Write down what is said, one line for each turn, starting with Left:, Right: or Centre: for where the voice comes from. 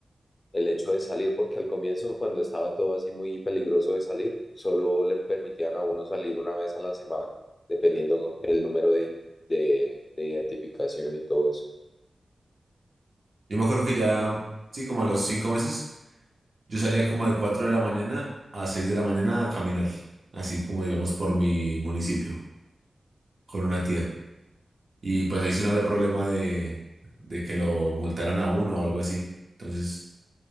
Left: el hecho de salir, porque al comienzo, cuando estaba todo así muy peligroso de salir, solo le permitían a uno salir una vez a la semana, dependiendo el número de, de de identificación y todo eso.
Right: Yo me acuerdo que ya, sí, como a los cinco meses, yo salía como de 4 de la mañana a 6 de la mañana a caminar, así como digamos por mi municipio, con una tía. Y pues ahí sí no había problema de, de que lo multaran a uno o algo así. Entonces